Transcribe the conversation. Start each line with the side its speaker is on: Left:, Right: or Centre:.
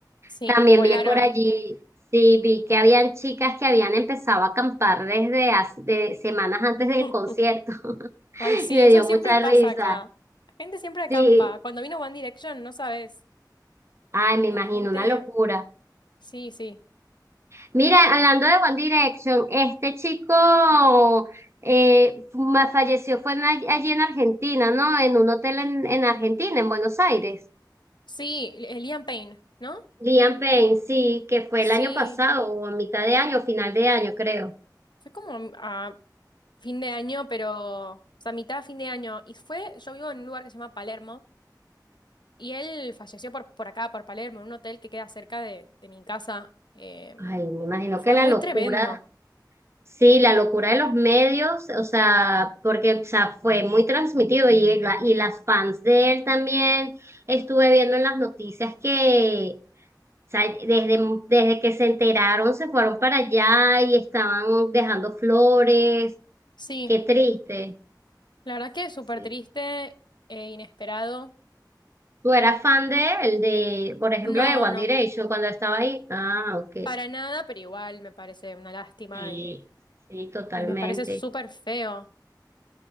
Left: Sí,
Right: También
Left: volaron.
Right: vi por allí, sí, vi que habían chicas que habían empezado a acampar desde hace- de semanas antes del
Left: <laughs>
Right: concierto. <laughs>
Left: Ay, sí,
Right: Y me
Left: eso
Right: dio
Left: siempre
Right: mucha
Left: pasa
Right: risa.
Left: acá. La gente siempre acampa.
Right: Sí,
Left: Cuando vino One Direction, no sabes.
Right: ay, me imagino,
Left: La gente.
Right: una locura.
Left: Sí, sí.
Right: Mira, hablando de One Direction, este chico eh, ma- falleció, fue en all- allí en Argentina, ¿no? En un hotel en, en Argentina, en Buenos Aires.
Left: Sí, el Liam Payne, ¿no?
Right: Liam Payne, sí, que fue
Left: Sí.
Right: el año pasado, o a mitad de año, final de año, creo.
Left: Fue como a fin de año, pero. O sea, mitad de fin de año. Y fue. Yo vivo en un lugar que se llama Palermo. Y él falleció por, por acá, por Palermo, en un hotel que queda cerca de, de mi casa. Em,
Right: Ay, me imagino
Left: fue
Right: que la
Left: muy
Right: locura.
Left: tremendo.
Right: Sí, la locura de los medios, o sea, porque o sea, fue muy transmitido y, la- y las fans de él también estuve viendo en las noticias que, o sea, desde, desde que se enteraron se fueron para allá y estaban dejando flores,
Left: Sí,
Right: qué triste.
Left: la verdad que súper
Right: Sí.
Left: triste e inesperado.
Right: ¿Tú eras fan de él, de, por ejemplo,
Left: No,
Right: de One
Left: no.
Right: Direction cuando estaba ahí? Ah, ok.
Left: para nada, pero igual me parece una lástima
Right: Sí,
Left: y,
Right: sí, totalmente.
Left: y me parece súper feo.